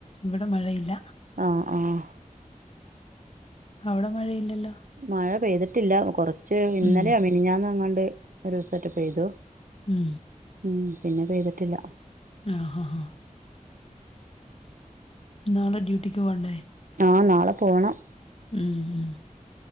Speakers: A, on the left (about 45°); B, on the right (about 75°).
A: ഇവെടെ മഴയില്ല
B: ആഹ് ആഹ്
A: അയുടെ മഴയില്ലല്ലോ?
B: മഴ പെയ്ത്ട്ട് ഇല്ല കൊറച്ച് ഇന്നലെയോ
A: ഉം
B: മിനിഞ്ഞാന്നോ എങ്ങാണ്ട് ഒരുസെറ്റെ പെയ്തു
A: ഉം
B: ഉം പിന്നെ പെയ്തിട്ടില്ല
A: ആഹ് ഹ ഹാ നാളെ ഡ്യൂട്ടിക്ക് പോണ്ടേ?
B: ആഹ് നാളെ പോണം
A: ഉം ഉം